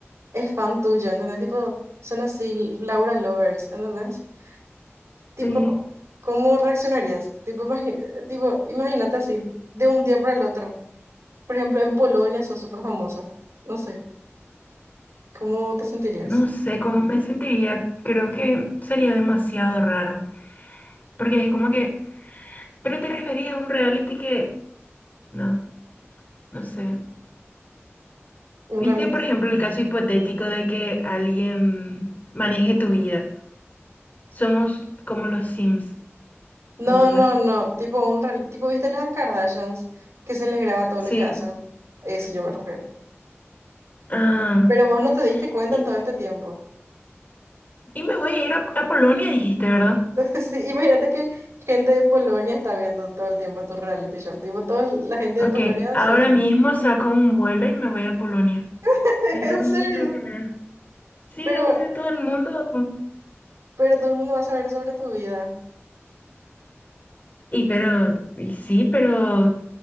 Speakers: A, on the right (about 80°); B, on the left (about 40°).
A: es fan tuyo, ¿entendés? Tipo, son así Laura Lovers, ¿entendés? Tipo,
B: sí.
A: ¿cómo reaccionarías? Tipo, imagi- tipo, imagínate así, de un día para el otro. Por ejemplo, en Polonia sos súper famosa. No sé, ¿cómo te sentirías?
B: No sé cómo me sentiría, creo que sería demasiado raro, porque es como que, pero te referías a un reality que No, no sé.
A: ¿Un
B: ¿Viste,
A: reality?
B: por ejemplo, el caso hipotético de que alguien maneje tu vida? Somos como los Sims,
A: No,
B: ¿entendés?
A: no, no, tipo un real- tipo, ¿viste las Kardashians que se les graba todo
B: Sí.
A: lo que hacen? A Eso yo me refiero.
B: Ah,
A: Pero vos no te diste cuenta
B: y,
A: en todo este tiempo.
B: y me voy a ir a, a Polonia, dijiste, ¿verdad?
A: <laughs> Sí, imagínate que gente de Polonia está viendo todo el tiempo tu reality show. Tipo, toda la gente
B: Ok,
A: de Polonia
B: ahora
A: son
B: mismo saco un vuelo y me voy a Polonia.
A: <laughs>
B: Ahí
A: En
B: todo el
A: serio.
B: mundo me va a querer. Sí,
A: Pero,
B: obvio, todo el mundo.
A: pero todo el mundo va a saber sobre tu vida.
B: Y pero, y sí, pero,